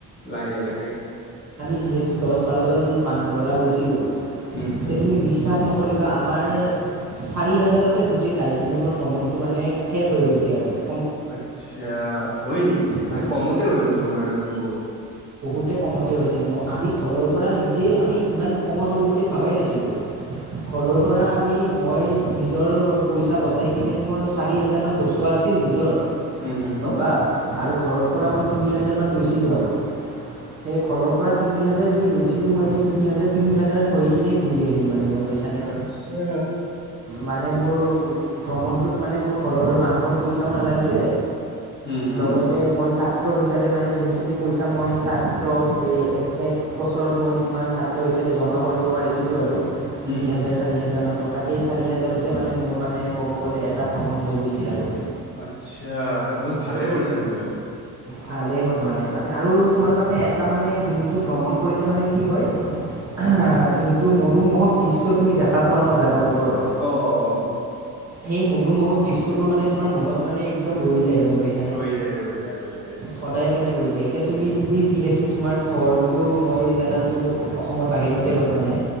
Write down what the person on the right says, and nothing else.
<inaudible> কৰিবা আমাৰ
চে- চাৰি হাজাৰতে গোটেই দাৰ্জিলিং ভ্ৰমণতো মানে শেষ হৈ গৈছে আৰু -
মান
কমতে কমতে হৈছে ম আমি ঘৰৰ পৰা নিজেই আমি ইমান কমত হ'ব বুলি ভাবাই নাছিলোঁ। ঘৰৰ পৰা আমি মই নিজৰ পইচা বচাই কিনে মোৰ চাৰি হোজাৰমান বচোৱা আছিল নিজৰ।
টকা আৰু ঘৰৰ পৰা মই তিনি হাজাৰমান লৈছিলোঁ আৰু। সেই ঘৰৰ পৰা তিনি হাজাৰ যি লৈছিলোঁ মই সেই তিনি হাজাৰ তিনি হাজাৰ হৈ কিনে ঘুৰি আহিলোঁ মানে গম- পাইছানে
মানে মোৰ ভ্ৰমণটোত মানে মোৰ ঘৰৰ মানুহৰ পইচাও নালাগিলে
লগতে মই- ছাত্ৰ হিচাপে মানে যোনখিনি পইচা মই ছাত্ৰ এক বছৰত মই যিমান ছাত্ৰ হিচাপে জমা কৰিব পাৰিছিলোঁ আৰু তিনি
হাজাৰ
চাৰি হাজাৰ মান টকা সেই চাৰি হাজাৰতে মানে মোৰ মানে ক'ব গ'লে এটা ভ্ৰমণ হৈ গৈছিল আৰু
ভালেই হ'ল মানে মানে আৰু তোমাৰ মানে এটা মানে যোনটো ভ্ৰমণ কৰিলে মানে কি হয় আহ যোনটো মনোমোহক দৃশ্য তুমি দেখা পোৱা ন জেগাবোৰৰ
সেই মনোমোহক দৃশ্যবোৰ মানে তোমাৰ মনত মানে একদম ৰৈ যায় গম। পাইছানে
সদায় কাৰণে ৰৈ যায় এতিয়া তুমি তুমি যিহেতু তোমাৰ ঘৰটো মই জানাত তো অসমৰ বাহিৰতে হয় মানে